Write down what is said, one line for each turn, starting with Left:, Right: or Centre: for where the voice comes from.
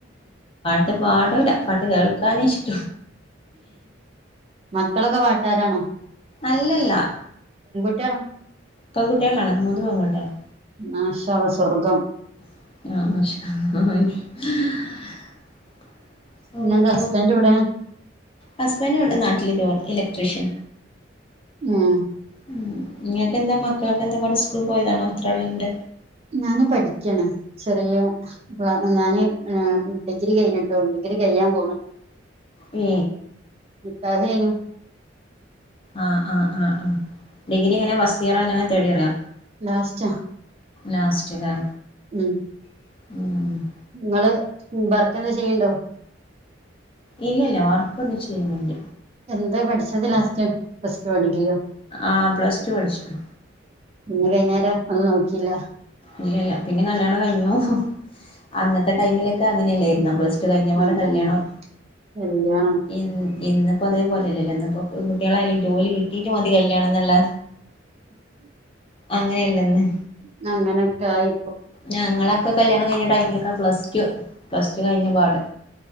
Left: അ പാടമില്ല പാട്ട് കേൾക്കാനൻ ഇഷ്ടം
Right: മക്കളൊക്കെ പാട്ടാരാണോ?
Left: അല്ലല്ല
Right: ഇതാ
Left: പെങ്കുട്ടിയാാണ് അനക്ക് മുന്ന് പെങ്കുട്ടിയാണ്
Right: നാശദ സ്വർഗം
Left: ആ..
Right: പിന്നെ
Left: അപ്പൊ
Right: എന്റെ ഹസ്ബൻറ് കൂടെ
Left: ഹസ്ബൻഡ് ഇവിടെ നാട്ടില് ഇലക്ട്രീഷ്യൻ
Right: ഉം
Left: ഉ നിങ്ങൾക്ക് എന്താ മക്കളൊക്കെ എന്താ സ്കൂൾ പോയതാണോ അത്രളണ്ട്?
Right: ഞാന് പഠിക്കാണ് ചെറിയ ക്ലാ ഞാന് എഹ് ഡിഗ്രി കഴിഞ്ഞിട്ടേ ഉള്ളേ ഡിഗ്രി കഴിയാൻ പോണ്
Left: ഈ
Right: ക്ലാസ്സ് കഴിഞ്ഞു
Left: ആഹ് ആഹ് ആ ആ ഡിഗ്രി ഇങ്ങനെ ഫസ്റ്റ് ഇയറാ അല്ലെങ്ങെ തേടിയറാ
Right: ലാസ്റ്റാ
Left: ലാസ്റ്റ്ലെ
Right: ഉം
Left: <unintelligible>
Right: ഇങ്ങള് വർക്ക് എന്താ ചെയിണ്ടോ
Left: ഇല്ലല്ല വർക്കൊന്നും ചെയ്യുന്നില്ല
Right: എന്താ പഠിച്ചത് ലാസ്റ്റ് പ്ലസ് ടു ഓ ഡിഗ്രിയോ
Left: ആ പ്ലസ് ടു പഠിച്ചു
Right: പിന്നെ വൈന്നേരം ഒന്നും നോക്കില്ല
Left: ഇല്ല ഇല്ല പിന്നെ കല്യാണം കഴിഞ്ഞു അന്നത്തെ ടൈമിലൊക്കെ അങ്ങനല്ലായിരുന്ന പ്ലസ് ടു കഴിഞ്ഞപ്പാട്
Right: അതാണ്
Left: കല്യാണം
Right: കല്യാണം
Left: ഇൻ ഇന്നിപ്പോ അതേ പോലല്ലല്ലോ ഇന്നിപ്പോ കുട്ടികളായാലും ജോലി കിട്ടീട്ട് മതി കല്യാണം എന്നുള്ള അങ്ങനെയല്ലെന്ന്
Right: ന്നങ്ങനൊക്കായി
Left: ഞങ്ങളൊക്കെ കല്യാണം കഴിഞ്ഞ ടൈമിലൊക്കെ പ്ലസ് ടു പ്ലസ് ടു കഴിഞ്ഞ പാടെ